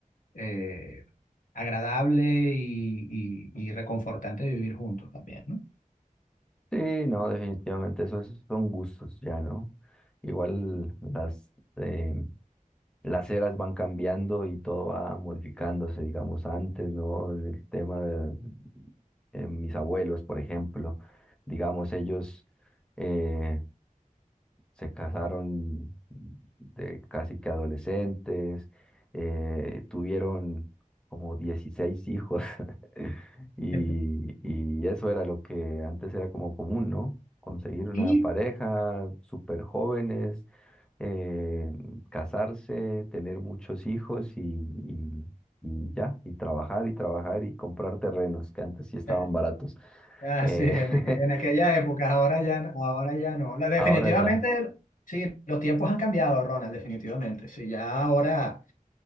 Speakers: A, on the left (about 70°); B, in the centre.
A: eh, agradable y, y y reconfortante vivir juntos también, ¿no?
B: sí, no, definitivamente eso es- son gustos ya, ¿no? Igual las, eh, las eras van cambiando y todo va modificándose, digamos, antes, ¿no? El tema de, de mis abuelos, por ejemplo, digamos, ellos... eh, se casaron de casi que adolescentes, eh, tuvieron como 16 hijos <laughs> y,
A: <laughs>
B: y eso era lo que antes era como común, ¿no? Conseguir una
A: Y
B: pareja, súper jóvenes, eh, casarse, tener muchos hijos y, y- y ya, y trabajar y trabajar y comprar terrenos que antes sí estaban
A: eh,
B: baratos.
A: Ah,
B: Eh,
A: sí, en,
B: <laughs>
A: aqu- en aquella época, ahora ya, no- ahora ya no. La- definitivamente,
B: ahora ya.
A: sí, los tiempos han cambiado, Ronald, definitivamente. Sí, ya ahora,